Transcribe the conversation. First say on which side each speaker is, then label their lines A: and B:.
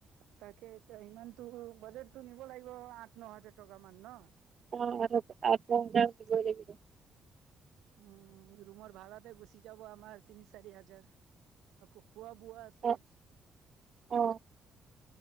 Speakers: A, on the right; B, on the right.
A: তাকে এতিয়া ইমানতো বাজেটটো নিব লাগিব আঠ ন হাজাৰ টকা মান নহ।
B: <inaudible>
A: উম ৰুমৰ ভাড়াতে গুচি যাব আমাৰ তিনি চাৰি হাজাৰ আকৌ। খোৱা-বোৱা আছে।
B: অ অ